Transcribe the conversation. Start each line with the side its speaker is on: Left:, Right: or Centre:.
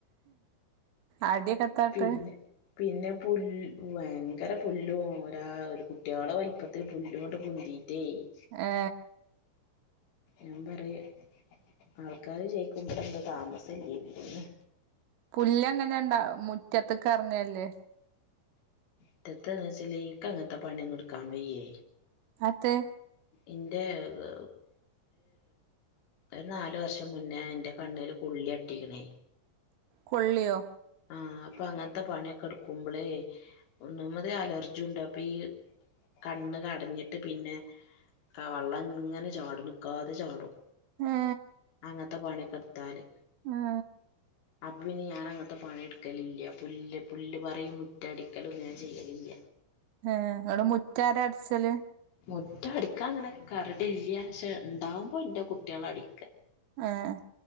Right: അടിയക്കെ യത്താ. ഇട്ടത്
Left: പിന്നെ പിന്നെ പുൽ ഭയങ്കര പുല്ലും ഒരാ ഒരു കുട്ടികളെ വലിപ്പത്തിൽ പുല്ലിങ്ങോട്ട് പൊന്തി <unintelligible>
Right: ഏ
Left: ഞാൻ പറയാ ആൾക്കാര് ചേയിക്കുമ്പോടെ എന്താ താമസം ഇല്ലെന്നു
Right: പുല്ല എങ്ങനെണ്ടാ മുറ്റത്തേക്ക് ഇറങ്ങല്ലേ
Left: മുറ്റത്താറാച്ച ലീക്കാണിട്ടൊ പണിയൊന്നും എടുക്കാൻ വയ്യേ!
Right: അതെ!
Left: എന്റെ ഒരു ഒരു നാല് വർഷം മുന്നേ എൻ്റെ കണ്ണിൽ കുള്ളി അട്ടിക്കണേ
Right: കൊള്ളിയോ
Left: ആഹ്! അപ്പൊ അങ്ങനത്തെ പണിയൊക്കെ എടുക്കുമ്പോളേ ഒന്നാമതെ അലർജി ഉണ്ട് അപ്പൊ ഈ കണ്ണ് കടഞ്ഞിട്ട് പിന്നെ വെള്ളം ഇങ്ങനെ ചാടും നിക്കാതെ ചാടും
Right: ഏ
Left: അങ്ങനത്തെ പണിക്കെടുത്താല്
Right: ഏ
Left: അപ്പം പിന്നെ ഞാൻ അങ്ങനത്തെ പണിയെടുക്കലില്ല പുല്ല് പുല്ല് പറിയും മുറ്റടിക്കലും ഞാൻ ചെയ്യലില്ല
Right: ഏ ഇങ്ങട്ട് ആരാ മുറ്റാര അടച്ചില്?
Left: മുറ്റ അടിക്കാ അങ്ങനെ കരട് ഇല്ല പക്ഷേ ഉണ്ടാവകുമ്പോ ഇന്റെ കുട്ടികളാ അ ടിക്കാ
Right: ആഹ്